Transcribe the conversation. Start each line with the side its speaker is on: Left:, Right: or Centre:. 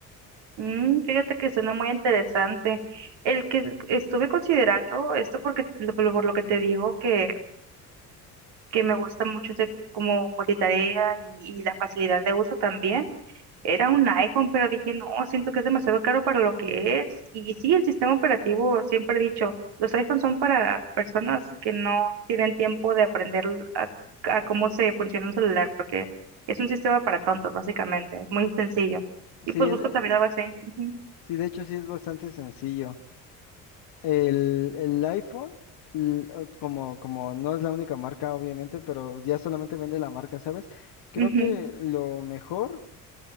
Right: Mm, fíjate que suena muy interesante. El que estuve considerando, esto porque lo- por lo que te digo que que me gusta mucho hacer como multitarea y, y la facilidad de uso también. Era un iPhone, pero dije, no, siento que es demasiado caro para lo que es. Y, sí, el sistema operativo, siempre he dicho, los iPhones son para personas que no tienen tiempo de aprender a, a cómo se funciona un celular, porque es un sistema para tontos, básicamente, es muy sencillo.
Left: Sí,
Right: Y pues
Left: es-
Right: busco
Left: eh,
Right: también algo así. Ujú,
Left: sí, de hecho sí es bastante sencillo. El, el iPhone, l- o- como, como no es la única marca, obviamente, pero ya solamente vende la marca, ¿sabes? Creo
Right: ujú,
Left: que lo mejor